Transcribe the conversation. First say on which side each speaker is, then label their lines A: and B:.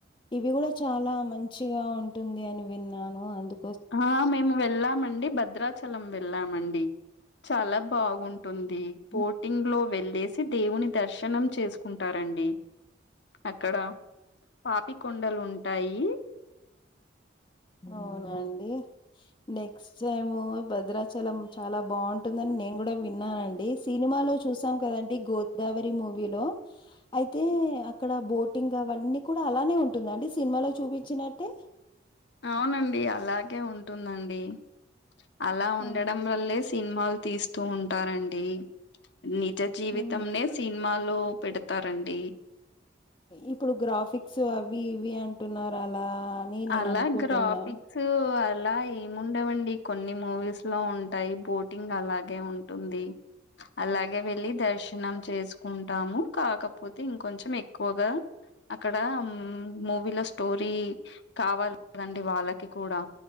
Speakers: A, on the left; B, on the left.
A: ఇవి గూడా చాలా మంచిగా ఉంటుంది అని విన్నాను అందు
B: అహా మేము వెళ్ళామండి భద్రాచలం వెళ్ళామండి చాలా బాగుం టుంది పోటింగ్
A: ఉమ్,
B: లో వెళ్ళేసి దేవుని దర్శనం చేసుకుంటారండి అక్కడ పాపి కొండలు ఉంటాయి
A: అవునా అండి నెక్స్ట్ ఏమో భద్రాచలం చాలా బాంటుందని నేన్ గుడా విన్నానండి సీనిమాలో చు చూసాం కదండి గోదావరి మూవీలో అయితే అక్కడ బోటింగ్ అవన్నీ కుడ అలానే ఉంటుందండి సినిమాలో చూపిచ్చినట్టే
B: అవునండి అలాగే ఉంటుందండి అలా ఉండడం
A: ఆ
B: వ్రల్లే సిన్మాల్ తీస్తూ ఉంటారండి నిజ జీవితంనే
A: హ్మ్
B: సిన్ మాలో పెడతారండి
A: ఇప్పుడు గ్రాఫిక్సు అవి ఇవి అంటున్నారు అలా అని నేను
B: అలా
A: అనుకుంటున్నా
B: గ్రాఫిక్సూ అ అలా ఏముండవండి కొన్ని మూవీస్ లో ఉంటాయి బోటింగ్ అలాగే ఉంటుంది అలాగే వెళ్ళి దర్శనం చేసుకుంటాము కాకపోతే ఇంకొంచెం ఎక్కువగా అక్కడామ్ మూవీలో స్టోరీ కావాలి కదండి వాళ్ళకి కూడా